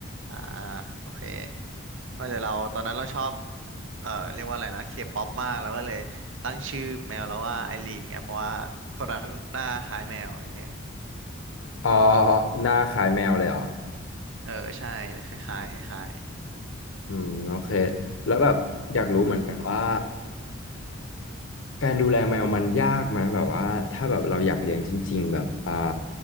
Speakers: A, on the right; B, on the left.
A: อ่าโอเคว่าแต่เราตอนนั้นเราชอบเอ่อเรียกว่าอะไรนะเคป๊อปมากแล้วก็เลยตั้งชื่อแมวแล้วว่าไอรีนเนี่ยเพราะว่าคนนั้นหน้าคล้ายแมวอย่างเงี้ย
B: อ๋อหน้าคล้ายแมวเลยเหรอ
A: เออใช่คล้ายๆคล้าย
B: อืมโอเคแล้วแบบอยากรู้เหมือนกันว่าการดูแลแมวมันยากไหมแบบว่าถ้าแบบเราอยากเลี้ยงจริงๆแบบอ่า